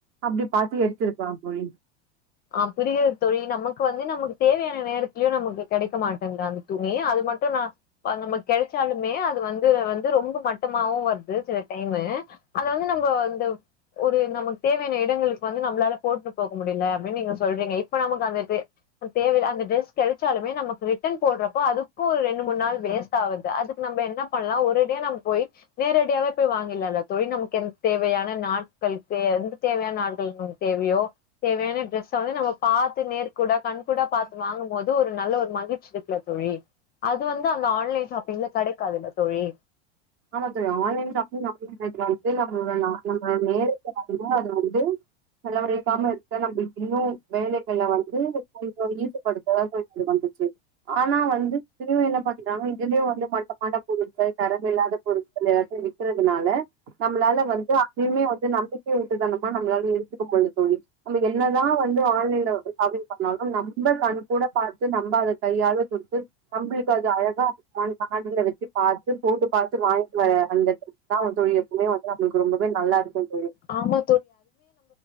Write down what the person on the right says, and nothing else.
அப்டி பாத்து எடுத்திருக்கலாம் தோழி
ஆமா தோழி ஆன்லைன் ஷாப்பிங் <unintelligible> வந்து நம்மளோட ந நம்ப நேரத்த வந்து அது வந்து செலவழிக்காம இருக்க நம்ப இன்னும் வேலைகள்ள வந்து கொஞ்ச ஈடுப்படுத்தா கொஞ்சம் வந்துச்சி ஆனா வந்து டீவில பாத்தினா இங்க இருந்தே வந்து மட்டமான பொருட்கள் தரமில்லாத பொருட்கள் எல்லாத்தையும் விக்கறதுனால நம்மளால வந்து அப்பயுமே வந்து நம்பிக்கை விட்டுதனமா நம்மளாலியு எடுத்துக்க முடில தோழி நம்ப என்னதா வந்து ஆன்லைன்ல ஷாப்பிங் பண்ணாலும் நம்ப கண் கூட பாத்து நம்ப. அத கையாள தொடுத்து நம்பளுக்கு அது அழகா வாங்கி காதுல வச்சி பாத்து போட்டு பாத் து வாங்கிட்டு வர அந்த டிரஸ் தா தோழி எப்பவுமே வந்து நம்பளுக்கு ரொம்பவே நல்லா இருக்கும் தோழி